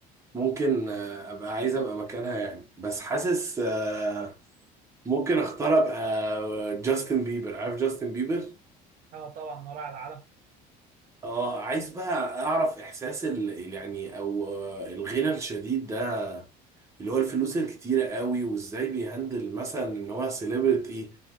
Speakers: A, on the right (about 15°); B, on the right (about 50°).
A: ممكن آه، ابقى عايز ابقى مكانها يعني بس حاسس آه، ممكن اختار ابقى جاستن بيبر عارف جاستن بيبر
B: اه طبعا مراعي العالم
A: اه عايز بقى اعرف احساس ال ال- يعني او آه، الغنى الشديد ده اللي هو الفلوس الكتيرة قوي وازاي بيهندل مثلا ان هو سيلبرتي